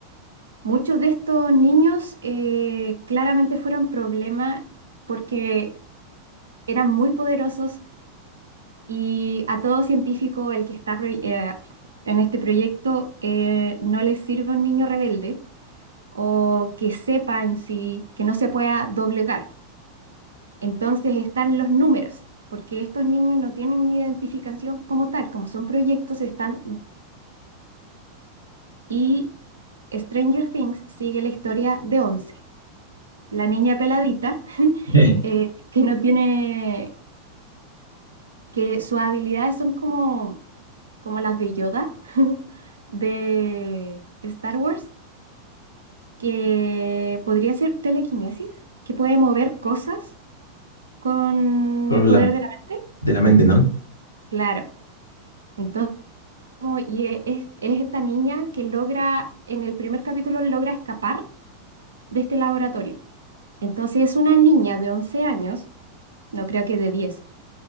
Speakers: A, on the right; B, on the left.
A: Muchos de estos niños eh, claramente fueron problema porque eran muy poderosos y a todo científico el que está pro- eh, en este proyecto eh, no les sirve un niño rebelde o que sepa en sí, que no se pueda doblegar. Entonces están los números, porque estos niños no tienen identificación como tal, como son proyectos, están... Y Stranger Things sigue la historia de Once, la niña peladita,
B: Eh,
A: eh, que no tiene, que sus habilidades son como, como las de Yoda <laughs> de Star Wars, que podría ser telequinesis, que puede mover cosas con
B: Solo
A: el poder
B: la
A: de la mente.
B: de la mente, ¿no?
A: Claro. Entonces, como- y e- es, es esta niña que logra, en el primer capítulo logra escapar de este laboratorio. Entonces es una niña de once años, no creo que de 10,